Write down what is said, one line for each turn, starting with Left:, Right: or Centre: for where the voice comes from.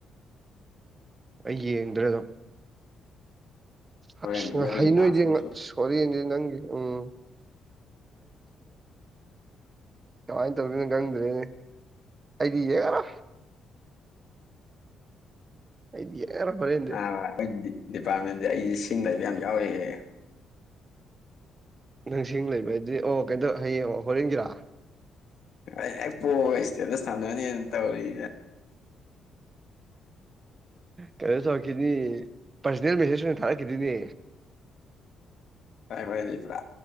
Right: ꯑꯩ ꯌꯦꯡꯗ꯭ꯔ
Left: ꯍꯣꯔꯦꯟꯁꯤꯅ
Right: ꯑꯗꯨꯣ
Left: ꯑꯩꯒꯤ
Right: ꯍꯩꯅꯣꯏꯗꯤ
Left: ꯂꯥꯁ ꯃꯦꯠꯆ
Right: ꯁꯣꯔꯤꯗꯤ ꯅꯪꯒꯤ ꯎꯝ ꯀꯃꯥꯏꯅ ꯇꯧꯔꯤꯅꯣ ꯑꯩꯗꯤꯌꯦ ꯀꯔ ꯑꯩꯗꯤ ꯌꯦꯡꯉꯔꯣꯏ ꯍꯣꯔꯦꯟꯗꯤ
Left: ꯕ ꯑꯣꯏꯗꯤ ꯗꯤꯄꯥꯔꯠꯃꯦꯟꯗꯤ ꯑꯩꯁꯦ ꯁꯤꯡꯗ ꯂꯩꯕ ꯌꯥꯝ ꯌꯥꯎꯔꯍꯦ
Right: ꯅꯪꯁꯤꯡ ꯂꯩꯕꯗꯤ ꯑꯣ ꯀꯩꯇꯧ ꯍꯌꯦꯡ ꯍꯣꯔꯦꯟꯒꯤꯔꯥ
Left: ꯑꯩꯅꯦꯛ ꯄꯣ ꯏꯁꯇꯦꯗ ꯁꯥꯟꯅꯅꯦꯅ ꯇꯧꯔꯤ
Right: ꯀꯔ ꯆꯣꯀꯤꯅꯤ ꯄꯥꯔꯁꯣꯅꯦꯜ ꯃꯦꯁꯦꯖ ꯑꯣꯏꯅ ꯊꯥꯔꯛꯈꯤꯗꯨꯣꯏꯅꯦ
Left: ꯀꯥꯏ ꯋꯥꯏꯗꯤ ꯄꯨꯔꯥ